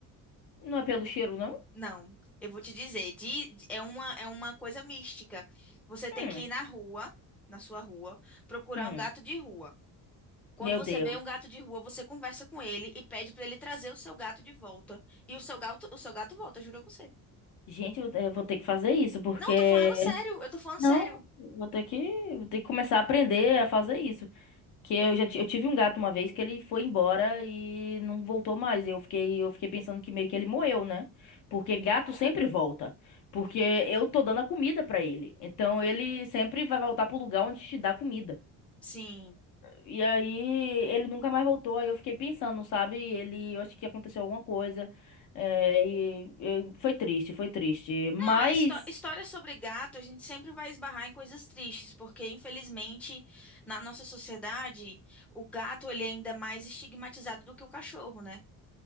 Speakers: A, on the left; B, in the centre.
A: Não é pelo cheiro, não?
B: Não, eu vou te dizer, di- di- é uma, é uma coisa mística. Você tem
A: Hum,
B: que ir na rua, na sua rua, procurar
A: hum.
B: um gato de rua. Quando
A: Meu
B: você
A: Deus.
B: vê um gato de rua, você conversa com ele e pede pra ele trazer o seu gato de volta. E o seu gato, o seu gato volta, juro a você.
A: Gente, eu, eu vou ter que fazer isso, porque.
B: Não, eu tô falando sério, eu tô falando
A: Não,
B: sério.
A: vou ter que, vou ter que começar a aprender a fazer isso. Que eu já ti- eu tive um gato uma vez que ele foi embora e não voltou mais. Eu fiquei, eu fiquei pensando que meio que ele morreu, né? Porque gato sempre volta. Porque eu tô dando a comida pra ele. Então ele sempre vai voltar pro lugar onde te dá comida.
B: Sim.
A: E aí ele nunca mais voltou. Aí eu fiquei pensando, sabe? Ele, eu acho que aconteceu alguma coisa. É, e, e foi triste, foi triste. Mas
B: Não, é histó história sobre gato, a gente sempre vai esbarrar em coisas tristes, porque infelizmente na nossa sociedade, o gato ele é ainda mais estigmatizado do que o cachorro, né?